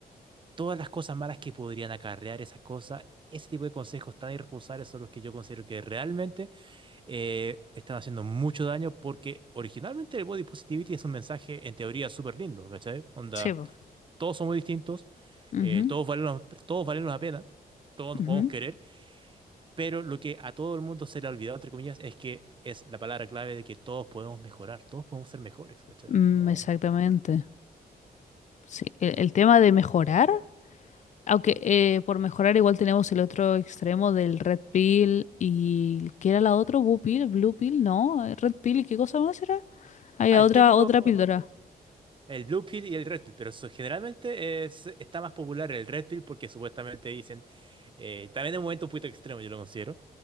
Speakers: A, on the right; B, on the left.
A: todas las cosas malas que podrían acarrear esas cosas. Ese tipo de consejos tan irresponsables son los que yo considero que realmente eh, están haciendo mucho daño porque originalmente el body positivity es un mensaje en teoría súper lindo, ¿cachai? Onda,
B: Sí, po.
A: todos somos distintos,
B: Ujú,
A: eh, todos valemos, todos valemos la pena, todos nos
B: ujú.
A: podemos querer, pero lo que a todo el mundo se le ha olvidado, entre comillas, es que es la palabra clave de que todos podemos mejorar, todos podemos ser mejores, ¿cachai?
B: Mm,
A: No...
B: exactamente. Sí. el el tema de mejorar. Aunque eh, por mejorar igual tenemos el otro extremo del Red Pill y ¿qué era la otra? Blue Pill, Blue Pill, no, eh, Red Pill ¿y qué cosa más era? Había
A: Ah, el
B: otra
A: típico,
B: otra píldora.
A: El Blue Pill y el Red Pill, pero so- generalmente es, está más popular el Red Pill porque supuestamente dicen, eh, también es un momento un poquito extremo, yo lo considero,